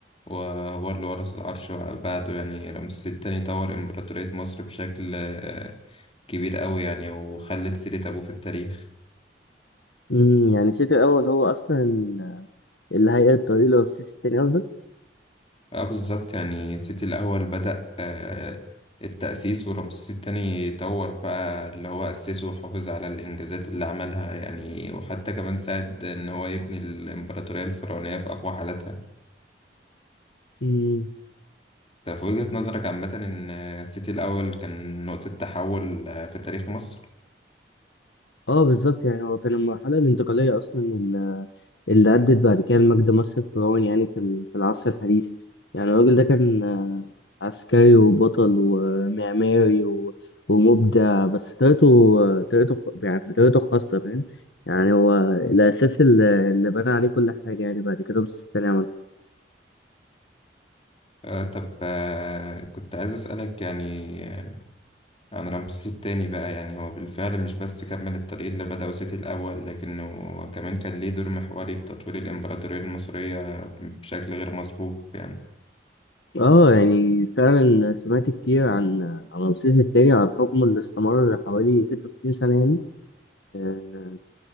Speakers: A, on the left; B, on the left.
A: وهو اللي ورث العرش بعده يعني رمسيس التاني طور إمبراطورية مصر بشكل آه، كبير قوي يعني وخلت سيرة أبوه في التاريخ
B: امم يعني سيتي الأول هو أصلا اللي هيقل الطريق لرمسيس التاني قصدك؟
A: اه بالظبط يعني سيتي الأول بدأ آه، التأسيس ورمسيس التاني طور بقى اللي هو أسسه وحافظ على الإنجازات اللي عملها يعني وحتى كمان ساعد إن هو يبني الإمبراطورية الفرعونية في أقوى حالاتها
B: امم
A: ده في وجهة نظرك عامة إن آه، سيتي الأول كان نقطة تحول آه، في تاريخ مصر
B: اه بالظبط يعني هو كان المرحلة الانتقالية أصلا ال- اللي أدت بعد كده لمجد مصر الفرعوني يعني في ال- في العصر الحديث يعني الراجل ده كان آه، عسكري وبطل ومعماري و- ومبدع بس طريقته طريقته خ- يعني بطريقته الخاصة فاهم يعني هو الأساس اللي اللي بنى عليه كل حاجة يعني بعد كده مصر التانية
A: آه، طب آه، كنت عايز أسألك يعني آه، عن رمسيس التاني بقى يعني هو بالفعل مش بس كمل الطريق اللي بدأه سيتي الأول لكنه كمان كان ليه دور محوري في تطوير الإمبراطورية المصرية بشكل غير مسبوق يعني
B: اه يعني فعلا سمعت كتير عن عن رمسيس التاني عن حكمه اللي استمر حوالي 66 سنة يعني آه،